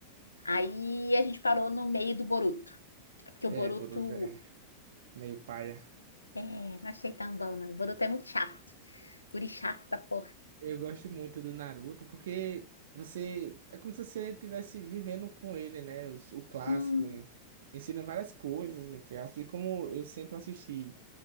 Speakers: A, on the left; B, on the right.
A: Aí a gente parou no meio do Boruto, É porque
B: É,
A: o Boruto,
B: Boruto é meio paia.
A: é, não achei tão bom, não. O Boruto é muito chato, guri chato da porra.
B: Eu gosto muito do Naruto porque você é como se você estivesse vivendo com ele, né? Os- O, clássico
A: Sim,
B: en- ensina várias coisas, entre aspas. E como eu sempre assisti,